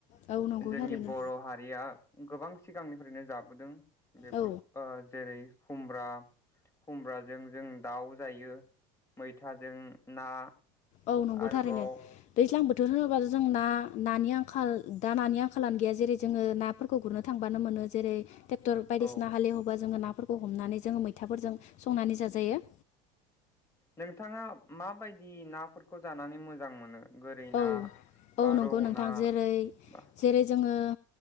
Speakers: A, on the left; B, on the left.
A: औ नंगौ
B: जोंनि
A: थारैनो
B: बर' हारिया गोबां सिगांनिफ्रायनो जाबोदों बेफोरखौ
A: औ
B: जेरै खुमब्रा खुमब्रा जों जों दाउ जायो मैथाजों ना।
A: औ नंगौ
B: आरोबाव
A: थारैनो दैज्लां बोथोर होनोब्ला बेफोर जों ना नानि आंखाल दा नानि आंखालानो गैया जेरै जोङो नाफोरखौ गुरनो थांबानो मोनो जेरै टेक्टर बायदिसिना
B: औ
A: हालेवबा जोंओ ना नाफोरखौ हमनानै जोङो मैथाफोरजों संनानै जाजायो।
B: नोंथाङा माबायदि नाफोरखौ जानानै मोजां मोनो। गोरै
A: औ
B: ना
A: औ
B: बा
A: नंगौ
B: रौ
A: नोंथां
B: ना
A: जेरै
B: बा
A: जेरै जोङो।